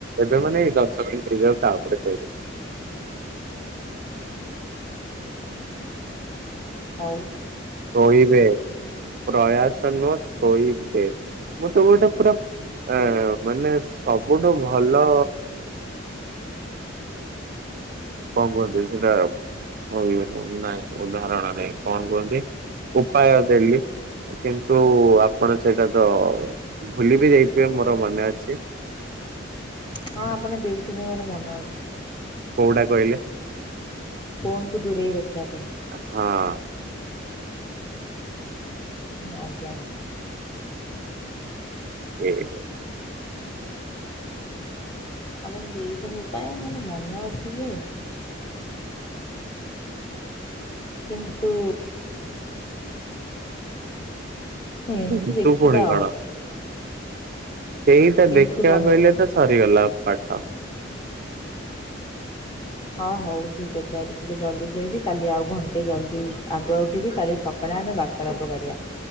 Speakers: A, on the right (about 45°); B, on the left (about 25°).
A: ଏବେ ମାନେ ଏଇ ଦଶ ମିନିଟ ହେଇଯାଉ ତାପରେ ଶୋଇବ।
B: ହୋଉ।
A: ଶୋଇବେ ପ୍ରୟାସ ନୁହଁ ଶୋଇବେ ମୁଁ ତ ଗୋଟେ ପୁରା ଏ ମାନେ ସବୁଠୁ ଭଲ କଁ କୁହନ୍ତି ସେଇଟା ହୁଁ ନାଇଁ ଉଦାହରଣ ରେ କଣ କୁହନ୍ତି ଉପାୟ ଦେଲି। କିନ୍ତୁ ଆପଣ ସେଇଟା ତ ଭୁଲି ବି ଯାଇଥିବେ ମୋର ମନେ ଅଛି।
B: ହଁ ଆପଣ ଦେଇଛନ୍ତି ମୋର ମନେ ଅଛି।
A: କୋଉଟା କହିଲେ?
B: ଫୋନ କୁ ଦୂରେଇ ରଖିବା ପାଇଁ।
A: ହଁ।
B: ଆଜ୍ଞା।
A: ଏହେ।
B: ଆପଣ ଦେଇଛନ୍ତି ଉପାୟ ମୋର ମନ ଅଛି ଯେ କିନ୍ତୁ ଏମ୍
A: କିନ୍ତୁ
B: ତି ଦେଖିବା
A: ପୁଣି କଣ
B: ଆଉ।
A: ସେଇଟା
B: କିନ୍ତୁ
A: ଦେଖିବାକୁ
B: କରନ୍ତୁ
A: ହେଲେ ତ ସରିଗଲା ପାଠ।
B: ହଁ ହୋଉ ଠିକ୍ ଅଛି ଆଜି ଟିକେ ଜଲ୍ଦି ଶୋଇବି କାଲି ଆଉ ଘଣ୍ଟେ ଜଲଦି ଆଗୁଆ ଉଠିବି କାଲି ସ କରେ ଆମେ ବାର୍ତ୍ତାଳାପ କରିବା।